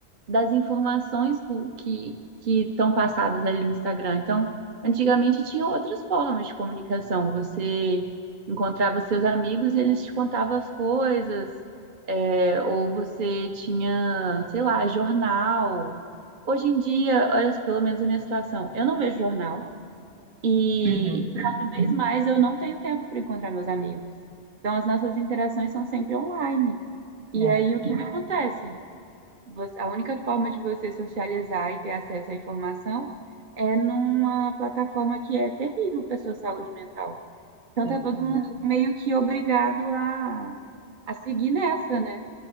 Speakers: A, on the right (about 50°); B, on the right (about 70°).
A: das informações cu- que que estão passadas ali no Instagram. Então, antigamente tinha outras formas de comunicação. Você encontrava seus amigos e eles te contavam as coisas, é, ou você tinha, sei lá, jornal. Hoje em dia, olha, pelo menos a minha situação, eu não vejo jornal. E
B: Uhum.
A: cada vez mais eu não tenho tempo para encontrar meus amigos. Então as nossas interações são sempre online. E
B: É,
A: aí o que que acontece? Você- a única forma de você socializar e ter acesso à informação é numa plataforma que é terrível para sua saúde mental. Então
B: exatamente.
A: tá todo mundo meio que obrigado a, a seguir nessa, né?